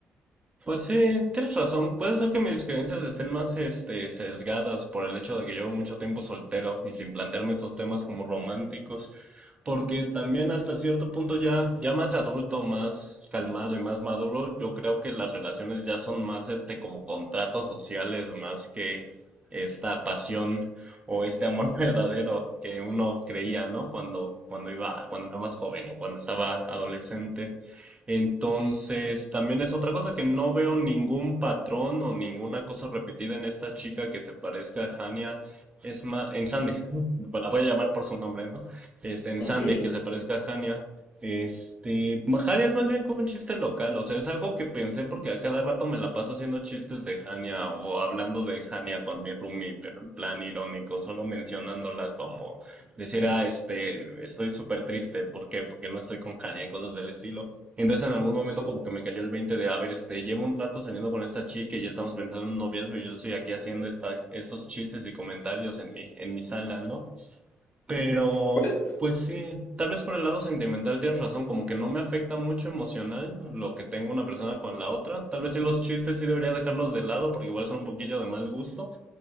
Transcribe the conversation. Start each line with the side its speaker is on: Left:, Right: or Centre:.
Right: Pues sí, tienes razón. Puede ser que mis creencias estén más, este, sesgadas por el hecho de que llevo mucho tiempo soltero y sin plantearme estos temas como románticos, porque también hasta cierto punto ya, ya más adulto, más calmado y más maduro, yo creo que las relaciones ya son más, este, como contratos sociales, más que esta pasión o este amor <laughs> verdadero que uno creía, ¿no? Cuando, cuando iba, cuando era más joven o cuando estaba adolescente. Entonces, también es otra cosa que no veo ningún patrón o ninguna cosa repetida en esta chica que se parezca a Hania. Es más, en Sandy, pues la voy a llamar por su nombre, ¿no? Este, en
Left: Ok.
Right: Sandy, que se parezca a Hania. Este, Hania es más bien como un chiste local, o sea, es algo que pensé porque a cada rato me la paso haciendo chistes de Hania o hablando de Hania con mi roomie, pero en plan irónico, solo mencionándola como decir, ah, este, estoy súper triste, ¿por qué? Porque no estoy con Hania, y cosas del estilo. Entonces en algún momento
Left: Sí.
Right: como que me cayó el 20 de, a ver, este, llevo un rato saliendo con esta chica y ya estamos pensando en un noviazgo y yo estoy aquí haciendo esta, estos chistes y comentarios en mi, en mi sala, ¿no? Pero,
Left: Pues,
Right: pues sí, tal vez por el lado sentimental tienes razón, como que no me afecta mucho emocional lo que tengo una persona con la otra. Tal vez sí los chistes sí debería dejarlos de lado porque igual son un poquillo de mal gusto,